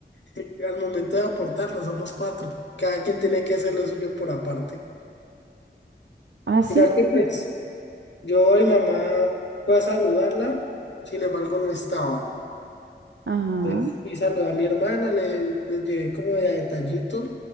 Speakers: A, on the left; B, on the right.
A: <laughs> al momento de aportarlo somos cuatro. Cada quien tiene que hacer lo suyo por aparte.
B: Ah, sí.
A: Mira que pues. Yo y mamá fue a saludarla, sin embargo no estaba.
B: Ajá,
A: Entonces fui a saludar a mi hermana, le, le llevé como de a detallitos,